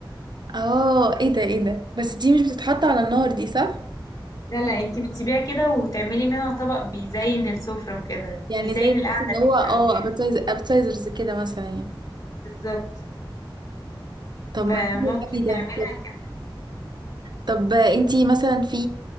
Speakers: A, on the right; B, on the left.
A: اه ايه ده ايه ده بس دي مش بتتحط على النار دي صح
B: لا لا انتي بتسيبيها كده وتعملي منها طبق بيزين السفرة وكده
A: يعني
B: بيزين
A: زي بس
B: القعدة
A: ان
B: اللي
A: هو
B: انت
A: اه
B: عاملاها
A: ابيتايز ابيتايزرز كده مثلا يعني
B: بالظبط
A: طب
B: فممكن
A: ما حلو قوي ده
B: نعملها كده
A: طب انتي مثلا في